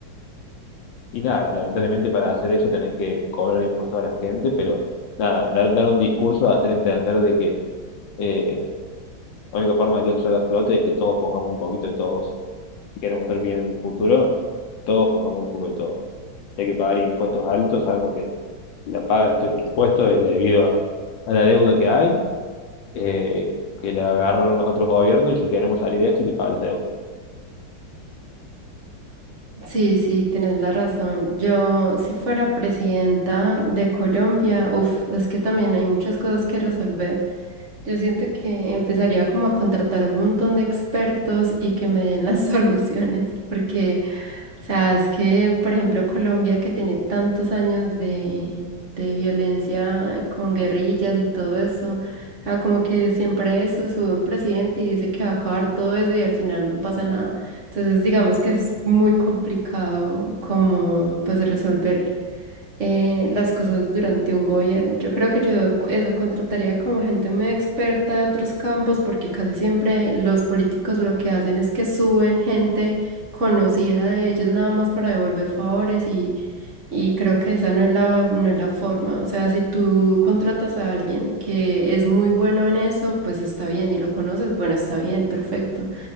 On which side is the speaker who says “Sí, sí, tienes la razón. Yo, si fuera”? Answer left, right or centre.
Right